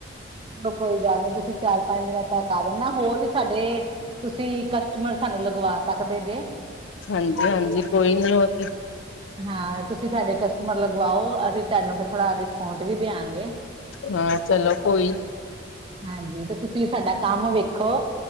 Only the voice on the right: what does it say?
ਚਲੋ ਕੋਈ ਗੱਲ ਨਹੀਂ ਤੁਸੀਂ ਚਾਰ ਪੰਜ ਦਿਨਾਂ ਤੱਕ ਆ ਦਨਾ ਹੋਰ ਵੀ ਸਾਡੇ ਤੁਸੀਂ ਕਸਟਮਰ ਸਾਨੂੰ ਲਗਵਾ ਸਕਦੇ ਜੇ
ਹਾਂ, ਤੁਸੀ ਸਾਡੇ ਕਸਟਮਰ ਲਗਵਾਓ ਅਸੀਂ ਥੂਆਨੂੰ ਥੋੜਾ ਡਿਸਕਾਊਂਟ ਵੀ ਦੇਆਂਗੇ।
ਹਾਂਜੀ, ਤੇ ਤੁਸੀਂ ਸਾਡਾ ਕੰਮ ਵੇਖੋ